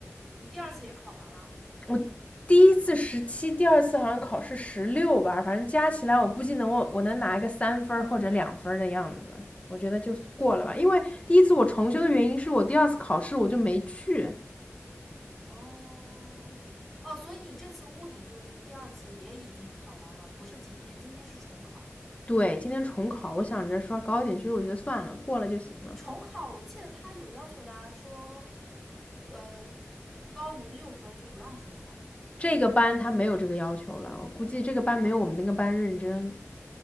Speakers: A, in the centre; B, on the left.
A: 你第二次也考完了？
B: 我第一次十七，第二次好像考试十六吧，反正加起来我估计能我我能拿一个三分儿或者两分儿的样子，我觉得就过了吧。因为第一次我重修的原因是我第二次考试我就没去，
A: 哦，哦，所以你这次物理就是第二次也已经考完了，不是今天，今天是重考。
B: 对，今天重考，我想着刷高一点，其实我觉得算了，过了就行了。
A: 重考我记得他有要求的啊，说呃高于六分就不让重考了。
B: 这个班他没有这个要求了，我估计这个班没有我们那个班认真。